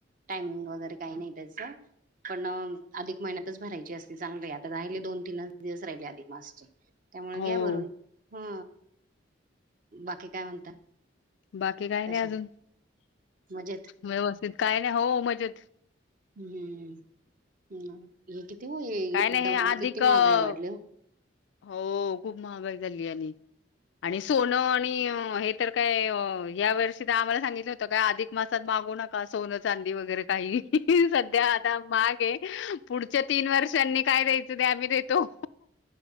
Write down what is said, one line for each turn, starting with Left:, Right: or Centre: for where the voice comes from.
Right: टायमिंग वगैरे काही नाही त्याचं. पण अधिक महिन्यातच भरायची असती चांगली. आता राहिले दोन तीन दिवस राहिले अधिक मासचे. त्यामुळे
Left: हो
Right: घ्या भरून. ह बाकी काय म्हणता?
Left: बाकी काय
Right: कशा
Left: नाही अजून.
Right: मजेत
Left: व्यवस्थित काय नाही. हो मजेत.
Right: हम्म हम. किती
Left: काय
Right: युद्धामुळे
Left: नाही हे अधिक
Right: किती
Left: अ,
Right: महागाई वाढली.
Left: हो. खूप महागाई झाली. आणि आणि सोनं आणि हे तर काय. या वर्षी तर आम्हाला सांगितलं होतं काय अधिक मासात मागू नका सोनं चांदी वगैरे काही. सध्या आता महाग आहे. पुढच्या तीन वर्षांनी काय द्यायचं ते आम्ही देतो.